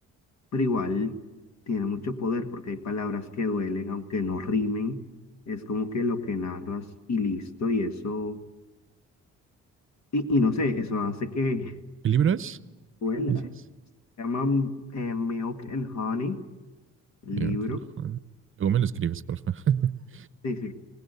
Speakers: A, on the left; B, on the right.
A: pero igual tiene mucho poder porque hay palabras que duelen, aunque no rimen, es como que lo que narras y listo, y eso, y, y no sé, eso hace que
B: ¿El libro es?
A: <laughs> duela.
B: ¿Dices?
A: Se llama mm, eh, Milk and Honey, el
B: Miracle
A: libro.
B: Honey. Luego me lo escribes, porfa. <laughs>
A: Sí, sí,